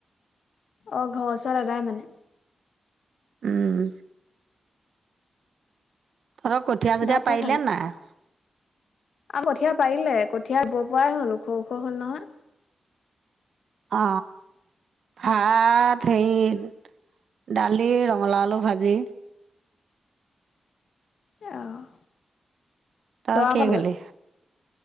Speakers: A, on the left; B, on the right.
A: অ ঘৰ ওচৰত এদাই মানে?
B: উম' তহঁতৰ কঠীয়া চঠিয়া
A: ভাতে
B: পাৰিলে
A: খালে
B: নাই?
A: <unintelligible> কঠীয়া পাৰিলে কঠিয়াই ৰুব পৰাই হ'ল ওখ ওখ হ'ল নহয়।
B: অ ভাত হেৰি দালি ৰঙালাও আলু ভাজি।
A: অ'
B: তই
A: লৰা
B: কিহে
A: কলৈ
B: খালি?